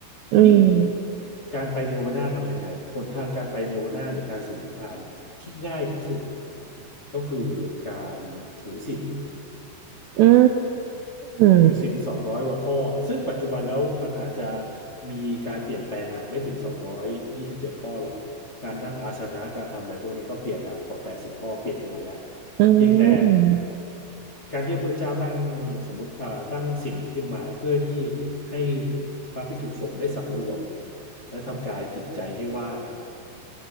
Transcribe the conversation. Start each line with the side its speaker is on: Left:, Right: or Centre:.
Right: อืม
Left: ทีนี้การไปเนรวนาทำยังไงหนทางการไปเนรวนาหรือการสู่นิพพานที่ง่ายที่สุดก็คือการถือศีล
Right: อืม
Left: ถือศีลสองร้อยกว่าข้อซึ่งปัจจุบันแล้วมันอาจจะมีการเปลี่ยนแปลงแหละไม่ถึงสองร้อยยี่สิบเจ็ดข้อหรอกการนั่งอาสนะการทำอะไรพวกนี้ก็เปลี่ยนแล้วพอแปดสิบข้อเปลี่ยนไปหมดแล้ว
Right: อื
Left: เพียงแต่
Right: ม
Left: การที่พระพุทธเจ้าตั้งสมมติอ่าตั้งศีลขึ้นมาเพื่อที่ให้พระภิกษุสงฆ์ได้สำรวมและทำกายจิตใจให้ว่าง